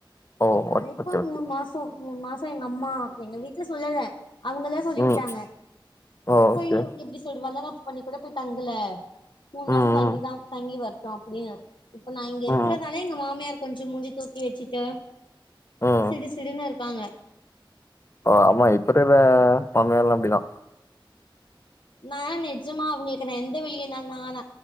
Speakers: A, on the left (about 30°); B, on the left (about 65°).
A: ஓ
B: அதாலே
A: ஓகே
B: இப்ப
A: ஓகே
B: மூண் மாசோ மூண் மாசோ எங்க அம்மா எங்க வீட்ல சொல்லல அவுங்கலா சொல்லிக்கிட்டாங்க
A: ம் ஓ ஓகே
B: போய் எப்டி சொல் வளகாப் பண்ணி கூட போய் தங்கல மூணு
A: ம்
B: மாசோ தங்கிதா
A: ம்
B: தங்கி வர்ட்டூ அப்டீனு இப்ப நா இங்க இருக்கிறதால
A: ம்
B: எங்க மாமியார் கொஞ்சோ மூஞ்சி தூக்கி வெச்சுட்டு
A: ம்
B: சிடு சிடுனு இருக் தாங்க
A: ஓ ஆமா இப்ப இருக்கிற மாமியார் எல்லா அப்டிதா.
B: நா நெஜமா அவுங்களுக்கு நா எந்த வெளியனானால